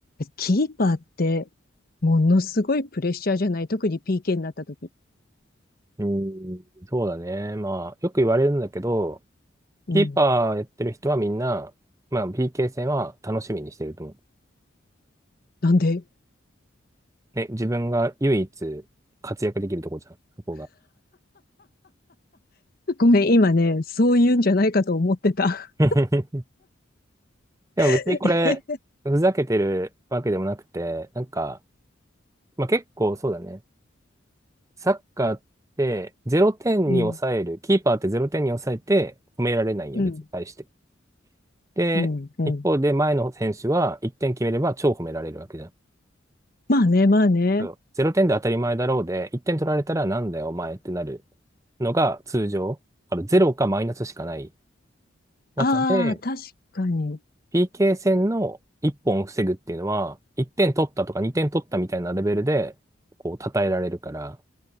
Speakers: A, on the left; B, on the right.
A: キーパーって、ものすごいプレッシャーじゃない特に PK になった時。
B: うん、そうだね。まあ、よく言われるんだけど、
A: うん。
B: キーパーやってる人はみんな、まあ、PK 戦は楽しみにしてると思う。
A: なんで
B: ね、自分が唯一活躍できるとこじゃん、そこが。
A: ごめん、今ね、そういうんじゃないかと思ってた。
B: <laughs> でも別にこれ、
A: <laughs> え
B: ふざけてるわけでもなくて、なんか、まあ、結構そうだね。サッカーってゼロ点に抑える。
A: うん、
B: キーパーってゼロ点に抑えて褒められないよ、
A: うん、
B: 別に対して。で、
A: うん、うん。
B: 一方で前の選手は1点決めれば超褒められるわけじゃん。
A: まあね、まあね。
B: そう0点で当たり前だろうで、1点取られたらなんだよ、お前ってなるのが通常。だからゼロかマイナスしかない中で、
A: ああ、確かに。
B: PK 戦の1本を防ぐっていうのは、1点取ったとか2点取ったみたいなレベルで、こう、称えられるから、